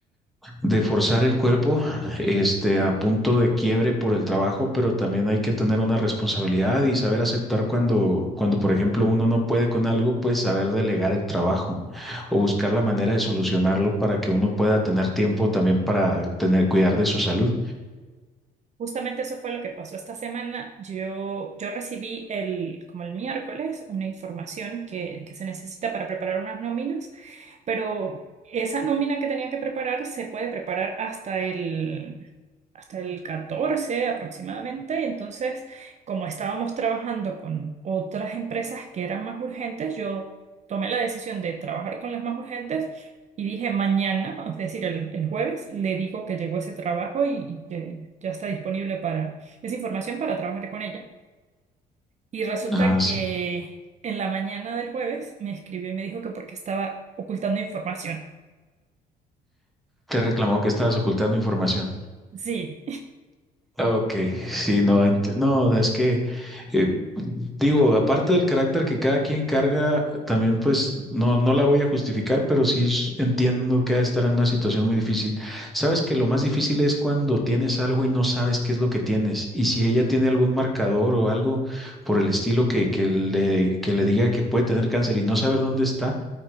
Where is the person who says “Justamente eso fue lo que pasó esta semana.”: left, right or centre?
Right